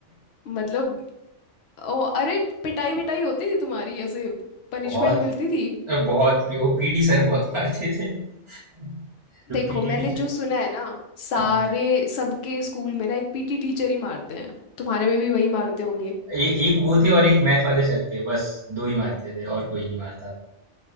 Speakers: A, on the left (about 65°); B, on the right (about 30°).
A: मतलब ओ, अरे पिटाई विटाई होती थी तुम्हारी ऐसे पनिशमेंट
B: बहुत
A: मिलती थी
B: अ, बहुत वो पीटी सर बहुत मारते थे <laughs> जो
A: देखो
B: पीटी
A: मैंने
B: टीचर
A: जो सुना है ना सारे
B: हाँ
A: सबके स्कूल में ना एक पीटी टीचर ही मारते हैं तुम्हारे में भी वही मारते होंगे
B: एक एक वो थे और एक मैथ वाले सर थे बस दो ही मारते थे और कोई नहीं मारता था